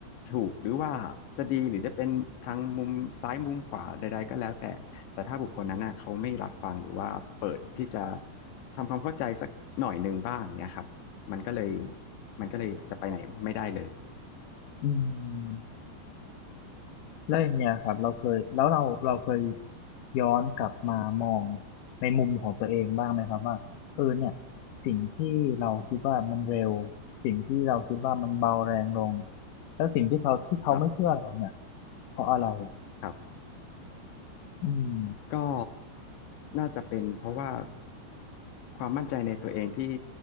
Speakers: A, on the left; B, on the left.
A: ถูกหรือว่าจะดีหรือจะเป็นทางมุมซ้ายมุมขวาใดๆก็แล้วแต่แต่ถ้าบุคคลนั้นน่ะเขาไม่รับฟังหรือว่าเปิดที่จะทำความเข้าใจสักหน่อยหนึ่งบ้างเนี่ยครับมันก็เลยมันก็เลยจะไปไหนไม่ได้เลย
B: อืมแล้วอย่างเงี้ยครับเราเคยแล้วเราเราเคยย้อนกลับมามองในมุมของตัวเองบ้างไหมครับว่าเออเนี่ยสิ่งที่เราคิดว่ามันเร็วสิ่งที่เราคิดว่ามันเบาแรงลงแล้วสิ่งที่เขาที่เขาไม่เชื่อเราเนี่ย
A: ครับ
B: เพราะอะไรอ่ะ
A: ครับ
B: อืม
A: ก็น่าจะเป็นเพราะว่าความมั่นใจในตัวเองที่